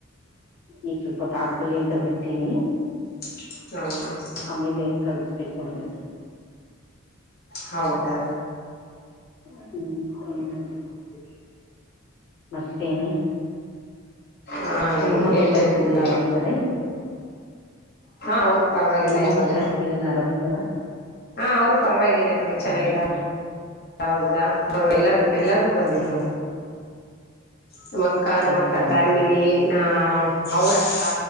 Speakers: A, on the left; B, on the left.
A: ಈಗ್ ಸ್ವಲ್ಪ ಆಡ್ ಳ್ಕೊಳ್ಳಿ ಅಂತ ಬಿಟ್ಟಿನಿ
B: ಹ
A: ಆಮೇಲೆ ಏನ್ ಕಳಿಸ್ಬೇಕು ಅವ್ರ್ನ
B: ಹೌದಾ
A: ಹ್ಮ ಹ್ಮ ಮತ್ತೇನೆ
B: ಹಾ
A: ನಿಮ್ಮಮ್ಮಗ
B: ಹೇಳ್ಬೇಕ್ರಿ
A: ಹುಷಾರಿದ್ರಲ್ಲಾ
B: ನೀವೇ
A: ಆರಾಮ ಇದಾರ ಈಗ
B: ಹಾ ಅವರು ಪರವಾಗಿಲ್ಲ
A: ನಿಮ್ಮಮ್ಮಗ
B: ಇವಾಗ
A: ಹುಷಾರಿದ್ದಿಲ್ಲಲ್ಲ ಆರಾಮ್ ಇದ್ದಾರ
B: ಹಾ ಅವ್ರು ಪರವಾಗಿಲ್ಲ ಇವಾಗ ಚೆನ್ನಾಗಿದ್ದಾರೆ
A: ಹ್ಮ್
B: ಅವರು ಕೂಡ ಅವರು ಎಲ್ಲ ಎಲ್ಲಾರೂ ಬಂದಿದ್ರು
A: ಹ್ಮ್
B: ನಮ್ ಅಕ್ಕ
A: ಹೌದಾ
B: ನಮ್ಮ ಅಕ್ಕ ಫ್ಯಾಮಿಲಿ
A: ಹ್ಮ್
B: ನ ಅವ್ರಕ್ಕ